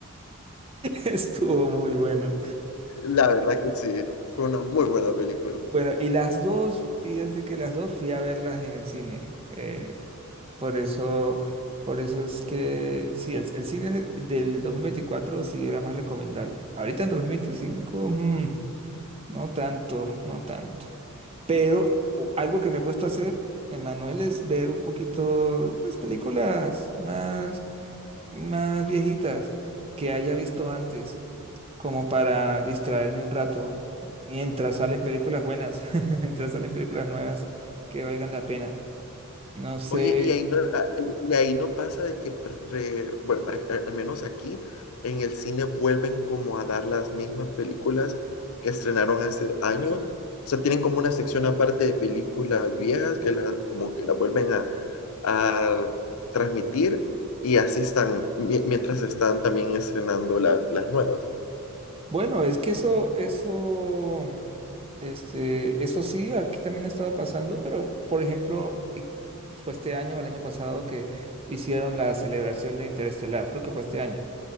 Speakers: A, on the right; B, on the left.
A: Estuvo muy bueno.
B: la verdad que sí, fue una muy buena película.
A: Bueno, y las dos, fíjate que las dos fui a verlas en el cine. eh, por eso, por eso es que sí, el, el cine del 2024 sí era más recomendable. Ahorita en 2025, mm, no tanto, no tanto. Pero o- algo que me he puesto a hacer, Emanuel, es ver un poquito, pues, películas más más viejitas que haya visto antes, como para distraerme un rato mientras salen películas buenas, <laughs> mientras salen películas nuevas que valgan la pena. No sé.
B: Oye, y ahí no, a- y ahí no pasa de que, re- bueno, al al menos aquí en el cine vuelven como a dar las mismas películas que estrenaron hace años. O sea, tienen como una sección aparte de películas viejas que la, como que la vuelven a, a transmitir y así están, mi- mientras están también estrenando las, las nuevas.
A: Bueno, es que eso, eso, este, eso sí, aquí también ha estado pasando, pero por ejemplo, y fue este año o el año pasado que hicieron la celebración de Interestelar, creo que fue este año,